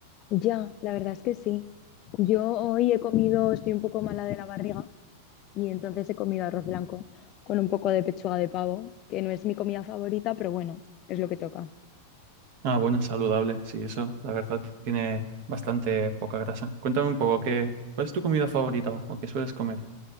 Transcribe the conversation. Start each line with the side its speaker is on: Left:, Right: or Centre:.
Left: Ya, la verdad es que sí. Yo hoy he comido, estoy un poco mala de la barriga y entonces he comido arroz blanco con un poco de pechuga de pavo, que no es mi comida favorita, pero bueno, es lo que toca.
Right: Ah, bueno, es saludable. Sí, eso, la verdad, tiene bastante poca grasa. Cuéntame un poco, ¿qué, cuál es tu comida favorita o, o qué sueles comer?